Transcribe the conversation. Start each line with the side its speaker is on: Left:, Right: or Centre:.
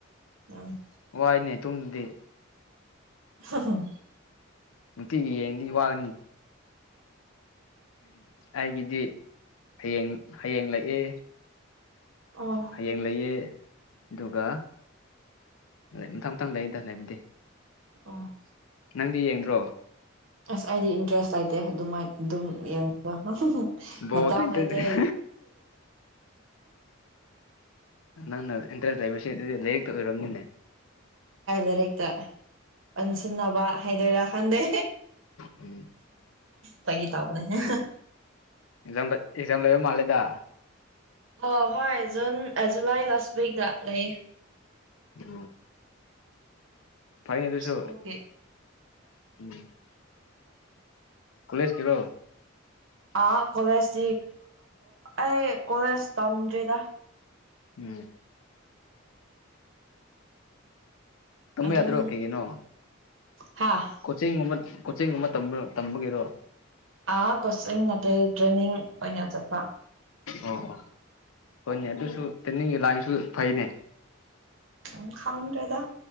Right: ꯎꯝ
Left: ꯋꯥꯏꯅꯦ ꯇꯨꯝꯗꯗꯤ
Right: <unintelligible>
Left: ꯅꯨꯡꯇꯤꯒꯤ ꯌꯦꯡꯉꯗꯤ ꯋꯥꯒꯅꯤ ꯎꯝ ꯑꯩꯒꯤꯗꯤ ꯍꯌꯦꯡ ꯍꯌꯦꯡ ꯂꯩꯛꯑꯦ
Right: ꯑꯣ
Left: ꯍꯌꯦꯡ ꯂꯩꯌꯦ ꯑꯗꯨꯒ ꯃꯊꯪ ꯃꯊꯪ ꯂꯩꯗ ꯂꯩꯕꯗꯤ
Right: ꯑꯣ
Left: ꯅꯪꯗꯤ ꯌꯦꯡꯗ꯭ꯔꯣ
Right: ꯑꯁ ꯑꯩꯗꯤ ꯏꯟꯇꯔꯦꯁ ꯂꯩꯇꯦ ꯑꯗꯨꯃꯥꯏ ꯑꯗꯨꯝ ꯌꯦꯡꯕ
Left: ꯕꯣꯜꯗ
Right: ꯃꯇꯝ
Left: ꯏꯟꯇꯔꯦꯁ
Right: ꯂꯩꯇꯦ
Left: ꯅꯪꯅ ꯏꯟꯇꯔꯦꯁ ꯂꯩꯕꯁꯤ ꯑꯗꯨꯗꯤ ꯂꯥꯏꯔꯤꯛꯇ ꯑꯣꯏꯔꯕꯅꯤꯅꯦ
Right: ꯂꯥꯏꯔꯤꯛꯇ ꯑꯣꯟꯁꯤꯟꯅꯕ ꯍꯥꯏꯗꯣꯏꯔꯥ ꯈꯪꯗꯦ
Left: ꯎꯝ
Right: ꯐꯥꯒꯤ ꯇꯧꯕꯅꯦ
Left: ꯑꯦꯛꯖꯥꯝ ꯑꯦꯛꯖꯥꯝ ꯂꯩꯕ ꯃꯥꯜꯂꯦꯗ
Right: ꯑꯣ ꯍꯣꯏ ꯖꯨꯟ ꯖꯨꯂꯥꯏ ꯂꯥꯁ ꯋꯤꯛꯇ ꯂꯩꯌꯦ
Left: ꯎꯝ ꯐꯩꯌꯦ ꯑꯗꯨꯁꯨ
Right: ꯁ꯭ꯀꯨꯜꯒꯤ
Left: ꯎꯝ ꯀꯣꯂꯦꯖ ꯀꯤꯔꯣ
Right: ꯑꯥ ꯀꯣꯂꯦꯖꯇꯤ ꯑꯩ ꯀꯣꯂꯦꯖ ꯇꯝꯗ꯭ꯔꯤꯗ
Left: ꯎꯝ ꯇꯝꯕ
Right: ꯑꯗꯨꯝ
Left: ꯌꯥꯗ꯭ꯔꯣ ꯀꯩꯒꯤꯅꯣ
Right: ꯍꯥꯥ
Left: ꯀꯣꯆꯤꯡꯒꯨꯝꯕ ꯀꯣꯆꯤꯡꯒꯨꯝꯕ ꯇꯝꯕꯔꯣ ꯇꯝꯕꯒꯤꯔꯣ
Right: ꯑꯥ ꯀꯣꯆꯤꯡ ꯅꯠꯇꯦ ꯇꯔꯦꯟꯅꯤ ꯑꯣꯏꯅ ꯆꯠ
Left: ꯑꯣ ꯑꯣ ꯍꯣꯏꯅꯦ ꯑꯗꯨꯁꯨ ꯇꯔꯦꯟꯅꯤꯡꯒꯤ ꯂꯥꯏꯟꯁꯨ ꯐꯩꯅꯦ
Right: ꯎꯝ ꯈꯪꯗ꯭ꯔꯦꯗꯥ